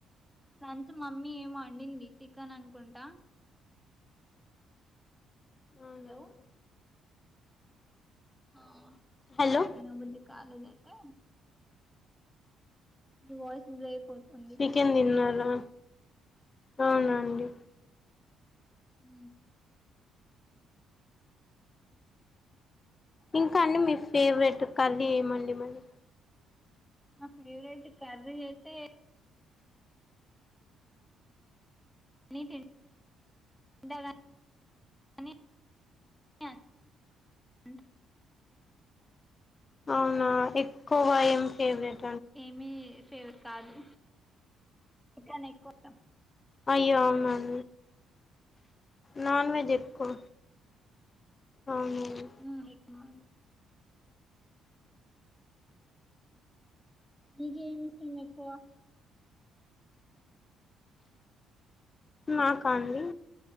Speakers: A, in the centre; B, on the left.
A: లంచ్ మమ్మీ ఏమో వండింది చికెన్ అనుకుంటా
B: అవునండి
A: హలో ఆ
B: హలో
A: నాకు తినబుద్ధి కాలేదండి దుకే మీ వాయిస్ బ్రేక్ అవుతుంది
B: చికెన్ తిన్నారా ఆ అవునా అండి
A: హు
B: ఇంకా
A: ఆ
B: అండి మీ ఫేవరెట్ కర్రీ ఏమండి మరీ
A: నా ఫేవరెట్ కర్రీ అయితే <unintelligible> <inaudible>
B: అవునా ఇ కోవ ఎ ఫేవెట్
A: ఏమీ ఫేవర్ కాదు కానీ ఎక్కువతాం
B: అయ్యో అవునాం నాన్ వెజ్ ఎక్కువ అవునండి
A: ఉ ఎక్ మాల్ నీకేం ఇష్టం ఎక్కువ
B: నాకా అండి